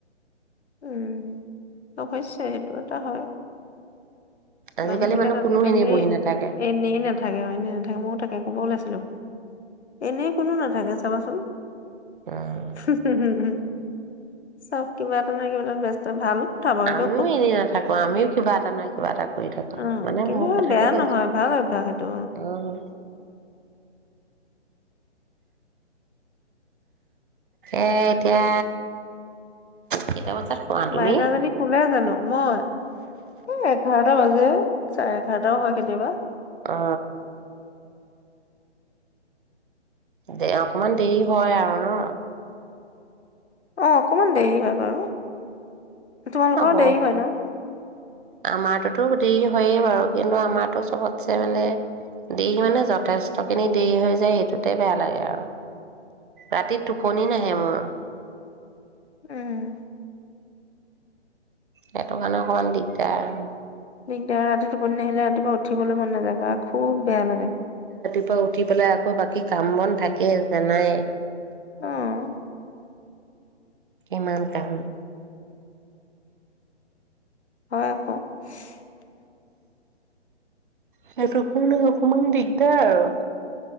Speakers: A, on the left; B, on the right.
A: উম <unintelligible> সেইটো এটা হয়।
B: আজিকালি
A: মানুহ বিলাক আজিকালি
B: কোনো এনেই বহি নাথাকে
A: এনেই নাথাকে অনে নাথাকে ময়ো তাকে ক'ব ওলাইছিলো। এনেই কোনো নাথাকে চাবাচোন।
B: উম
A: হুমহু হুমহু চব কিবা এটা নহয় কিবা এটা ব্যস্ত ভাল। কথা বাৰু সেইটো
B: আমিও এনেই নাথাকো আমিও কিবা এটা নহয় কিবা এটা কৰি থাকো
A: উ,
B: মানে
A: কিন্তু
B: মোৰ কথাকে
A: বেয়া
B: কৈছো
A: নহয় ভাল অভ্যাস এইটো।
B: উম এ এতিয়া কেইটা বজাত শুৱা তুমি
A: মাইনাজনী শুলে জানো? মই এ এঘাৰটা বাজে। চাৰে এঘাৰটাও হয় কেতিয়াবা।
B: অ দেৰি অকমান দেৰি হয় আৰু ন।
A: অ অকমান দেৰি হয় বাৰু। তোমালোকৰ
B: হ'ব
A: ও দেৰি হয় ন?
B: আমাৰটোতো দেৰি হয়ে বাৰু। কিন্তু আমাৰটো চবতছে বেলেগ, দেৰি মানে দেৰি মানে যথেষ্টখিনি দেৰি হৈ যায় সেইটোতে বেয়া লাগে আৰু। ৰাতি টোপনি নাহে মোৰ।
A: উম।
B: সেইটো কাৰণে অকণমান দিগদাৰ আৰু।
A: দিগদৰ ৰাতি টোপনী নাহিলে ৰাতিপুৱা উঠিবলো। মন নাযায় গা খুব বেয়া লাগে।
B: আকৌ উঠি, পেলাই আকৌ বাকী কাম বন থাকে জানাই।
A: অ',
B: কিমান কাম।
A: হয় আকৌ। <unintelligible>
B: সেইটো কাৰণে অকমান দিগদাৰ আৰু,